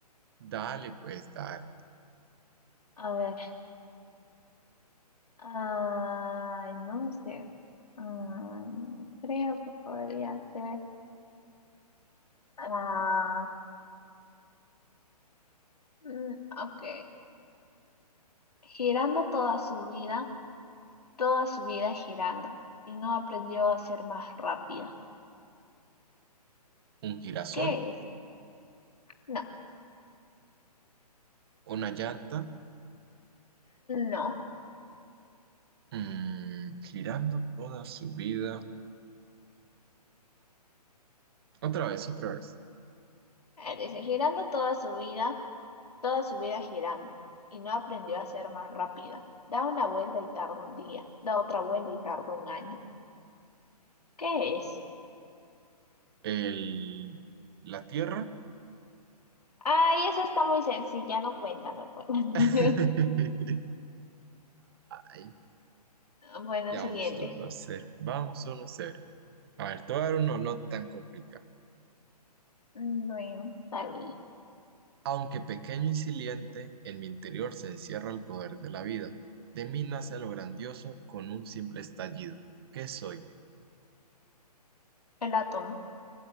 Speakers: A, on the right (about 35°); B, on the left (about 70°).
A: Dale, pues, dale.
B: A ver. Ay, no sé. Ay, creo que podría ser. Ah, mm, ok. Girando toda su vida, toda su vida girando, y no aprendió a ser más rápida.
A: Un girasol,
B: ¿Qué es? No,
A: una llanta,
B: no.
A: mm, girando toda su vida. Otra vez, otra vez.
B: Eh, Dice, girando toda su vida, toda su vida girando, y no aprendió a ser más rápida. Da una vuelta y tarda un día, da otra vuelta y tarda un año. ¿Qué es?
A: El, la tierra.
B: Ay, esa está muy sencilla, no cuenta, no cuenta. <laughs>
A: <laughs> Ay,
B: Bueno,
A: ya
B: siguiente.
A: vamos 1 a 0. Vamos 1 a 0. A ver, te voy a dar uno no tan complicado.
B: Mm, Bueno, está bien.
A: Aunque pequeño y silente, en mi interior se encierra el poder de la vida. De mí nace lo grandioso con un simple estallido. ¿Qué soy?
B: Yo la tomo.